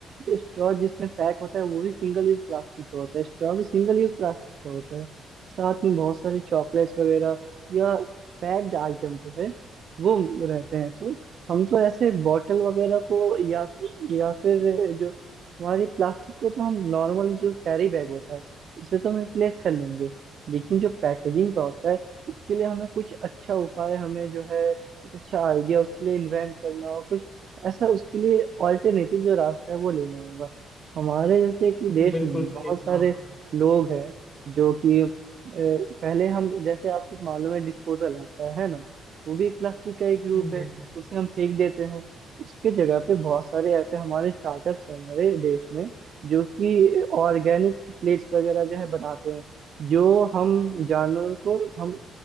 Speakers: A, on the right; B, on the left.
A: जो स्ट्रॉ जिसमें पैक होता है वो भी सिंगल यूज प्लास्टिक का होता है स्ट्रॉ भी सिंगल यूज प्लास्टिक का होता है साथ में बहुत सारे चॉकलेट्स वगैरह या पैक्ड आइटम जो है वो रहते हैं तो हम तो ऐसे बॉटल वगैरह को या फिर या फिर जो हमारी प्लास्टिक को तो हम नॉर्मल जो कैरी बैग होता है उसे तो हम रिप्लेस कर लेंगे लेकिन जो पैकेजिंग का होता है उसके लिए हमें कुछ अच्छा उपाय हमें जो है कुछ अच्छा आइडिया उसके लिए इन्वेंट करना हो कुछ ऐसा उसके लिए ऑल्टरनेटिव जो रास्ता है वो लेना होगा हमारे जैसे कि देश
B: बिल्कुल
A: में भी
B: सही
A: बहुत
B: कहा
A: सारे
B: आप
A: लोग हैं जो कि अ, पहले हम जैसे आपको मालूम है डिस्पोजल आता है ना वो भी एक प्लास्टिक का एक रूप
B: जी
A: है उसे हम फेंक देते हैं उसके जगह पे बहुत सारे ऐसे हमारे स्टार्टअप्स हैं हमारे देश में जो कि ऑर्गेनिक प्लेट्स वगैरह जो है बनाते हैं जो हम जानवर को हम